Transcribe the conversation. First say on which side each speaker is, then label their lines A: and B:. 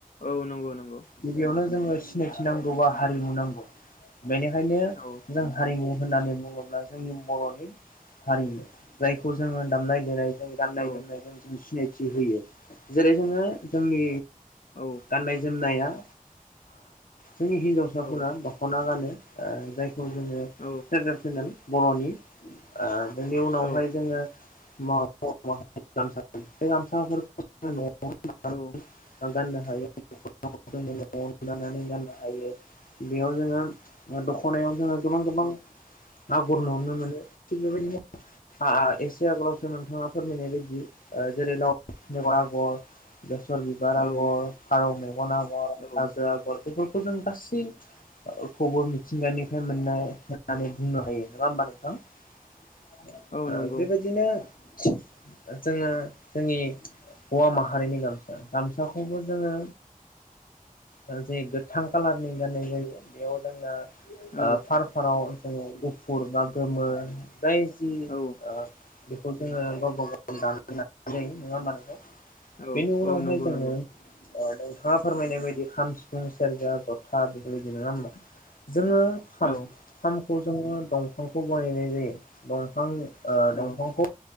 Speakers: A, on the left; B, on the left.
A: औ नंगौ नंगौ।
B: गिबियावनो जोङो सिनायथि नांगौ बा हारिमु नांगौ। बेनिखायनो
A: औ
B: जों हारिमु होननानै बुङोब्ला जोंनि बर'नि हारिमु जायखौ जोङो दामनाय देनाय जों गाननाय
A: औ
B: जोमनाय जों जि सिनाय होयो जेरै जोङो जोंनि
A: औ
B: गाननाय जोमनाया आ। जोंनि हिन्जावसाफोरा
A: औ
B: दख'ना गानो ओ जाय खौ जोङो
A: औ
B: <unintelligible> फेनेल बर'नि आ बेनि उनावहाय
A: औ
B: जोङो मा। <unintelligible>
A: औ
B: <inaudible> गाननो हायो जोङो नआवनो दानानै गाननो हायो। बेयाव जोङो दखनायाव जोङो गोबां गोबां न गुर नुनो मोनो थिख बेबायदिनो एसे आगोलावसो नाङा फोरमायनाय बायदि जेरै लाव बगर आगर बेसर बिबार
A: औ
B: आगर फारौ मेग <unintelligible> खौ
A: औ
B: जों गासैखौबो मिथिंगानिफ्राय मोननाय होननानै बुंनो हायो नङा होमबा नोंथां। ओ
A: औ नंगौ
B: बेबायदिनो जोङो जोंनि हौवा माहारिनि गामसा गामसाखौबो जोङो ओ जे गोथां खालारनि गाननाय जायो। बेयाव जोंना
A: औ
B: आ फार फाराव जोङो गुफुर बा गोमो जाय जि
A: औ
B: ओ <inaudible> खौ जोङो गावबा गाव दानानै लानाय जायो। नङा होमबा नोंथां?
A: औ
B: बेनि उनावहाय
A: औ नंगौ
B: जोङो
A: नंगौ
B: ओ नोंथाङा फोरमायनाय बायदि खाम, सिफुं, सेरजा, जथा बेफोरबायदि नङा होनबा? जोङो खाम।
A: औ
B: खाम खौ जोङो दंफांखौ बानायनाय जायो। दंफांनि ओ
A: औ
B: दंफांखौ